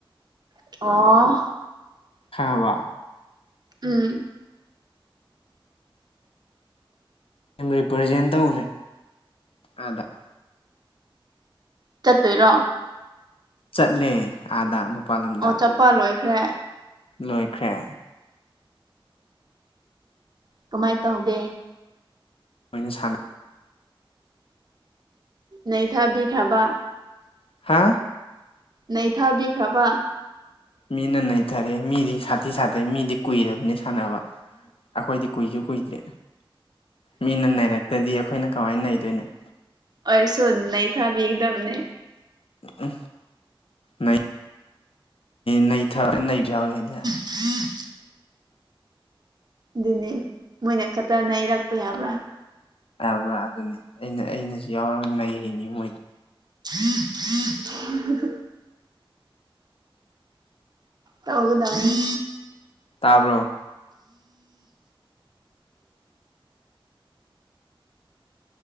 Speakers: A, on the right; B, on the left.
A: ꯑ
B: ꯈꯪꯑꯕ
A: ꯎꯝ
B: ꯔꯤꯄ꯭ꯔꯖꯦꯟ ꯇꯧꯔꯦ ꯑꯥꯗ
A: ꯆꯠꯇꯨꯏꯔꯣ
B: ꯆꯠꯂꯦ ꯑꯥꯗ ꯃꯄꯥꯟ ꯂꯝꯗ
A: ꯑꯣ ꯆꯠꯄ ꯂꯣꯏꯈ꯭ꯔꯦ
B: ꯂꯣꯏꯈ꯭ꯔꯦ
A: ꯀꯃꯥꯏ ꯇꯧꯒꯦ
B: ꯃꯣꯏꯅ ꯁꯥꯟꯅ
A: ꯅꯩꯊꯥꯕꯤꯈ꯭ꯔꯕ
B: ꯍꯥ
A: ꯅꯩ ꯊꯥꯕꯤꯈ꯭ꯔꯕ
B: ꯃꯤꯅ ꯅꯩꯊꯔꯦ ꯃꯤꯗꯤ ꯁꯥꯊꯤ ꯁꯥꯊ__ꯃꯤꯗꯤ ꯀꯨꯏꯔꯕꯅꯦ ꯁꯥꯟꯅꯕ ꯑꯩꯈꯣꯏꯗꯤ ꯀꯨꯏꯁꯨ ꯀꯨꯏꯗ꯭ꯔꯤ ꯃꯤꯅ ꯅꯩꯔꯛꯇ꯭ꯔꯗꯤ ꯑꯩꯈꯣꯏꯅ ꯀꯃꯥꯏꯅ ꯅꯩꯗꯨꯏꯅꯣ
A: ꯑꯣꯏꯔꯁꯨ ꯅꯩꯊꯕꯤꯒꯗꯕꯅꯦ
B: ꯎ ꯅꯩ_ ꯅꯩꯊꯕꯁꯨ ꯌꯥꯎꯌꯦ ꯑꯩꯅ
A: ꯖꯤ ꯑꯗꯨꯅꯤ ꯃꯣꯏꯅ ꯈꯛꯇ ꯅꯩꯔꯛꯄ ꯌꯥꯕ꯭ꯔꯥ
B: ꯌꯥꯕ꯭ꯔꯥ ꯑꯗꯨꯅꯤ ꯑꯩꯅ ꯑꯩꯅꯁꯨ ꯌꯥꯎꯔ ꯅꯩꯔꯤꯅꯤ ꯃꯣꯏꯗ
A: ꯖꯤ ꯑꯍꯥ ꯍꯥ ꯇꯧꯒꯗꯕꯅꯦ
B: ꯇꯥꯕꯔꯣ